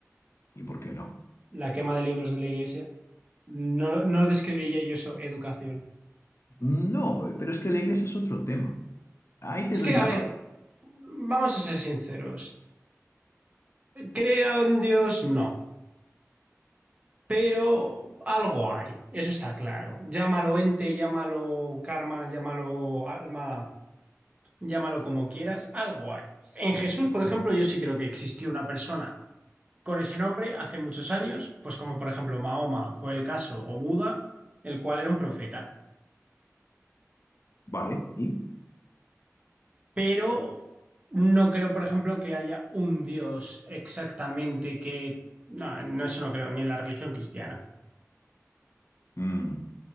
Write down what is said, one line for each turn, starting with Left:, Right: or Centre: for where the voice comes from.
Left: ¿Y por qué no?
Right: La quema de libros de la iglesia. No, no describiría yo eso, educación.
Left: No, pero es que la iglesia es otro tema. Ahí te
Right: Es
Left: doy
Right: que,
Left: la
Right: a ver,
Left: razón.
Right: vamos a ser sinceros. ¿Crea un Dios? No. pero algo hay, eso está claro. Llámalo ente, llámalo karma, llámalo alma, llámalo como quieras, algo hay. En Jesús, por ejemplo, yo sí creo que existió una persona con ese nombre hace muchos años, pues como por ejemplo Mahoma fue el caso, o Buda, el cual era un profeta.
Left: Vale, ¿y?
Right: Pero no creo, por ejemplo, que haya un Dios exactamente que... No, no, eso no creo, ni en la religión cristiana.
Left: Mm,